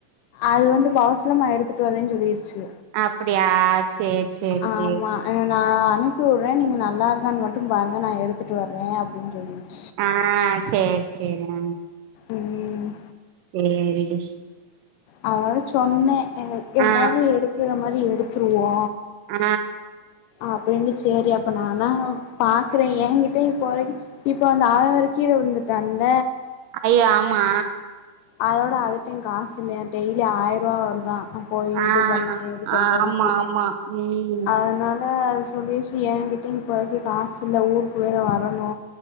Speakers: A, on the left; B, on the right.
A: அது வந்து <unintelligible> லம்மா எடுத்துட்டு வர்றேன் சொல்லிறிச்சு
B: அப்டியா சேரி சேரிடி
A: ஆமா அ நா அனுப்பி உர்றே நீங்க நல்லா இருக்கான் மட்டு பாருங்க நா எடுத்துட்டு வர்றே அப்டின் சொல்லிருச்
B: ஆ சேர் சேரி அ
A: ம்
B: சேரி டி
A: அதுனால சொன்னே அ எல்லாரு
B: ஆ
A: எடுக்குற மாரி எடுத்ருவோ
B: ஆ
A: அப்டினு சேரி அப்ப நானா பாக்குறே ஏங்கிட்ட இப்பொ வரைக் இப்பொ அந்த ஆறு கீழ விழுந் ழுந்துட்டா அண்ண
B: ஐயோ ஆமா
A: அதோட அதுட்டையு காசு இல்லையா டெய்லி ஆய்ருவா வருதா போயி
B: ஆ
A: இது பண்ணி இது பண்றதுக்கு
B: ஆமா ஆமா ம்
A: அத்னால அது சொல்லிருச்சி ஏங்கிட்டயு இப்போதிக்கி காசில்ல ஊருக்கு வேற வரணு